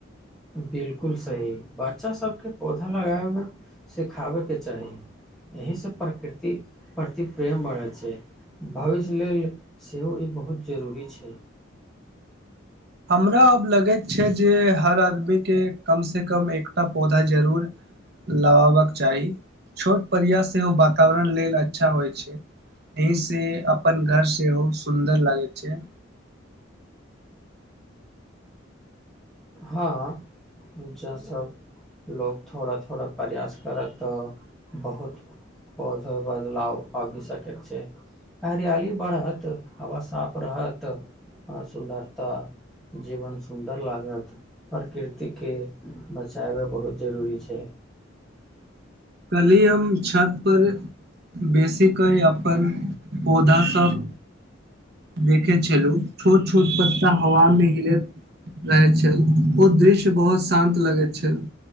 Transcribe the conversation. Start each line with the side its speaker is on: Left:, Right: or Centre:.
Centre: बिल्कुल सही बच्चा सभके पौधा लगाबै सिखाबैके चाही एहिसँ प्रकृति प्रति प्रेम बढ़ै छै भविष्य लेल सेहो ई बहुत जरूरी छै
Right: हमरा आब लगैत छै जे हर आदमी के कम से कम एक एकटा पौधा जरूर लगाबके चाहि छोट प्रयास सेहो वातावरण लेल अ अच्छा होइ छै अहि से अपन घर सेहो सुन्दर लागे छै
Centre: हँ जं सभ लोको थोड़ा थोड़ा प्रयास करत तऽ बहुत पौधा बदलाव आबि सकैत छै हरियाली बढ़त हवा साफ रहत आ सुन्दरता जीवन सुन्दर लागत प्रकृतिके बचाबै बहुत जरूरी छै
Right: कलिह हम छत पर बेसी के अपन पौधा सब देखे छलहु छोट छोट पत्ता हवा मे हिलैत रहैत छल ओ दृश्य बहुत शान्त लगैत छल